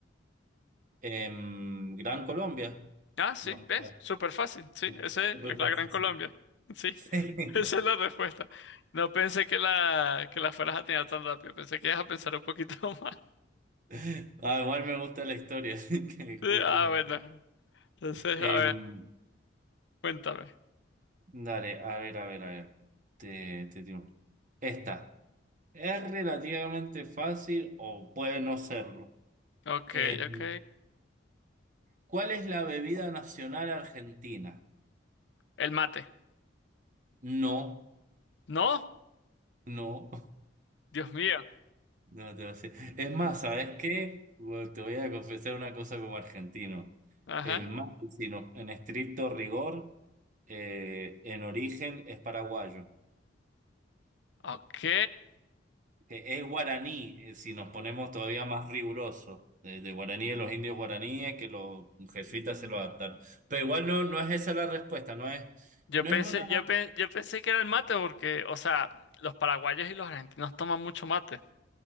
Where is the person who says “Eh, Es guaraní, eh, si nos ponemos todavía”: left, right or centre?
Right